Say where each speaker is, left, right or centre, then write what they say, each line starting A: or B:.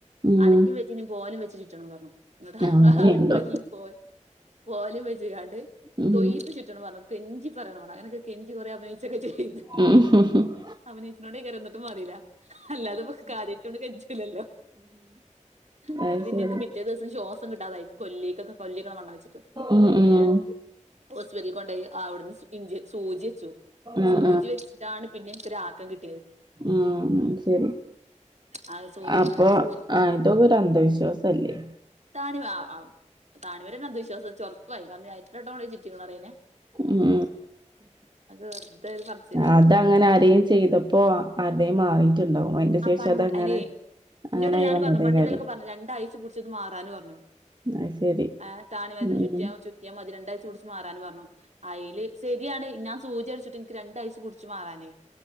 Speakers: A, on the right; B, on the right.
A: ഉം
B: അടയ്ക്ക വെച്ചിനി പോല വെച്ചിട്ട് ച പറഞ്ഞു എന്നിട്ടാ
A: അങ്ങനെയുണ്ടോ
B: അടക്ക വരലും പോ പോലും വെച്ച കാണ്ട്
A: ഉം
B: തൊയ്പ്പ് ചുറ്റന്ന് പറഞ്ഞു കെഞ്ചി പറയണ പറു അങ്ങനൊക്കെ കെഞ്ചി കുറെ അഭിനയിച്ചൊക്കെ ചെയ്തു
A: ഉം ഉം
B: അവനേച്ചനോട് കറ എന്നിട്ടും മാറിയില്ല അല്ലാതെ കാര്യട്ടൊണ്ട് കെഞ്ചില്ലല്ലോ എന്നിട്ട്
A: അത്
B: പിന്നെ
A: ശരി
B: എനിക്ക് പിറ്റേ ദിവസം ശ്വാസം കിട്ടാതായി കൊല്ലിക്കൊക്കെ കൊല്ലിക്കള മണ്ണം വെച്ചിട്ട്
A: ഉം
B: അതില്
A: ഉം
B: വേ ഹോസ്പിറ്റല കൊണ്ട അവിടുന്ന് ഇഞ്ച സൂചി വെച്ചു
A: ആഹ്
B: സൂചി വെച്ചിട്ടാണ് പിന്നെ ആക്കം കി
A: ആഹ ശരി
B: ആ സൂചി
A: അപ്പൊ
B: പിന്നെ സൂ
A: ആ ഇതൊക്കെ ഒരു അന്ധവിശ്വാസ അല്ലേ
B: താണിവ താണിവരന്ന അന്ധവിശ്വാസം ഒറപ്പായി കാരണം എത്രോട്ടം കൊ ചുറ്റിക്ക്ണ അയിനേ
A: ഉം
B: വെറുതെ ഒരു പറച്ചിലാന്നുള്ളു
A: അതങ്ങനെ ആരെയും ചെയ്തപ്പോ ആരുടെയും മാറിട്ടുണ്ടാവും അതിന്റെ
B: ആ
A: ശേഷം
B: പണ്ട്
A: അതങ്ങനെ
B: അയിനെ
A: അങ്ങനായി
B: ഇന്നോട് എല്ലാരും
A: വന്നതേകാര്യം
B: പറഞ്ഞു പണ്ടല്ലൊ ലെക്കെ പറഞ്ഞു രണ്ടാഴ്ച പിടിച്ചു അത് മാറാനു പറഞ്ഞു
A: അത് ശരി
B: ആ താണിമത്തിന്
A: ഉം
B: ചുറ്റിയ ചുറ്റിയാ അതി രണ്ടായിച മാറാന് പറഞ്ഞു അയ്ല് ശരിയാണ് ഞാൻ സൂചി അടിച്ചിട്ട് എനിക്ക് രണ്ടാഴ്ച പുടിച്ച് മാറാനേ